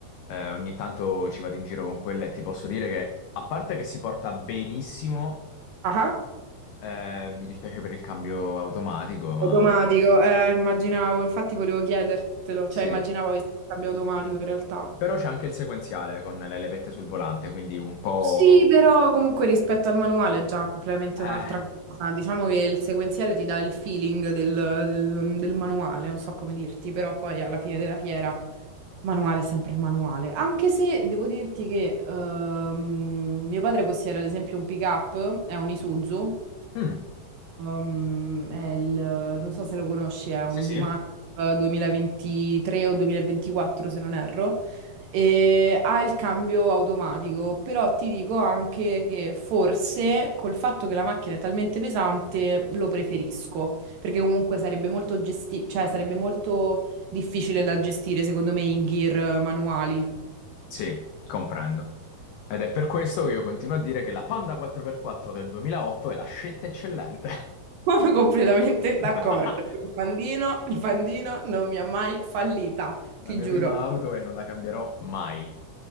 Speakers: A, on the left (about 85°); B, on the right (about 70°).
A: eh, ogni tanto ci vado in giro con quella e ti posso dire che, a parte che si porta benissimo,
B: Ah.
A: eh, mi dispiace per il cambio automatico, ma
B: automatico, eh, immaginavo, infatti volevo chiedertelo,
A: sì.
B: cioè immaginavo avessi il cambio automatico in realtà.
A: Però c'è anche il sequenziale con le levette sul volante, quindi un po'...
B: Sì, però comunque rispetto al manuale è già completamente
A: eh,
B: un'altra cosa. Diciamo che il sequenziale ti dà il feeling del, del- del manuale, non so come dirti, però poi alla fine della fiera Manuale, è sempre il manuale. Anche se devo dirti che ehm, mio padre possiede ad esempio un pick-up, è un Isuzu,
A: mm,
B: Um, è il, non so se lo conosci, è
A: sì,
B: un
A: sì.
B: D-Max eh, 2023 o 2024 se non erro, e ha il cambio automatico, però ti dico anche che forse col fatto che la macchina è talmente pesante lo preferisco, perché comunque sarebbe molto gesti- cioè sarebbe molto difficile da gestire secondo me in gear eh, manuali.
A: Sì, comprendo. Ed è per questo che io continuo a dire che la Panda 4x4 del 2008 è la scelta eccellente.
B: <laughs> Sono completamente d'accordo.
A: <laughs>
B: Il pandino, il pandino non mi ha mai fallita,
A: La
B: ti
A: mia
B: giuro.
A: prima auto e non la cambierò mai.